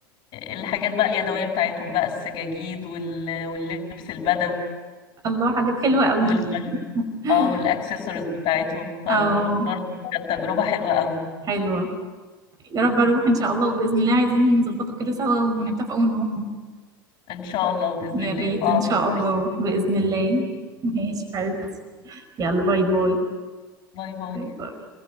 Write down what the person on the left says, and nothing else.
الحاجات بقى اليدوية بتاعتهم بقى السجاجيد وال- واللبس البدوي
والم...
اه والاكسسوارز بتاعتهم فبرضه
كانت تجربة حلوة قوي
ان شاء الله بإذن
الله
في اقرب
فرصة
باي باي